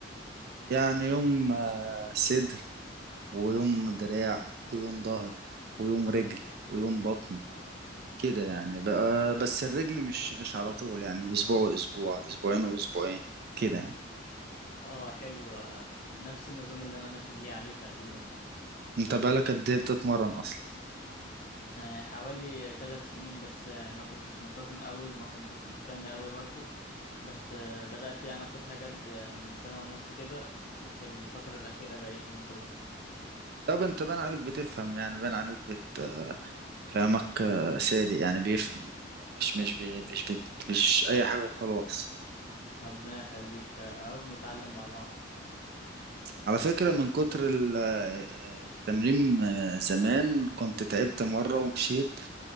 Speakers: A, on the right; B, on the left.
A: يعني يوم آه، صدر ويوم دراع ويوم ظهر ويوم رجل ويوم بطن كده يعني بقى بس الرجل مش مش على طول يعني اسبوع واسبوع اسبوعين واسبوعين كده يعني
B: اه حلو آه، نفس النظام اللي انا ماشي بيه عليه تقريبا
A: انت بقالك قد ايه بتتمرن اصلا
B: وحوالي ثلاث سنين بس آه، ما كنتش منتظم قوي وما كنتش مهتم قوي برضو بس آه، بدأت يعني اخدها جد آه، من سنة ونص كده وفي الفترة الأخيرة بقيت منتظم
A: طب انت باين عليك بتفهم يعني باين عليك بت... كلامك آه، صادق يعني بيفهم مش مش بي... مش بت... مش اي حاجة وخلاص
B: ربنا يخليك آه، اهو بنتعلم مع بعض
A: على فكرة من كتر ال- آه، التمرين آه، زمان كنت تعبت مرة ومشيت